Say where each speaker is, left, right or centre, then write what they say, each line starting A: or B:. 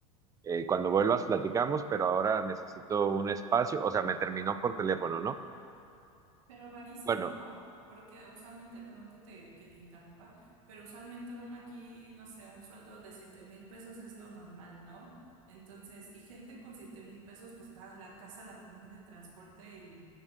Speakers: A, on the right (about 20°); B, on the right (about 70°).
A: Eh, cuando vuelvas platicamos, pero ahora necesito un espacio, o sea, me terminó por teléfono, ¿no?
B: Pero rarísimo,
A: Bueno,
B: ¿no? Porque usualmente, perdón que te, que te interrumpa, pero usualmente uno aquí, no sé, un sueldo de siete mil pesos es lo normal, ¿no? Entonces, y gente con siete mil pesos, pues paga la casa, la comida, el transporte y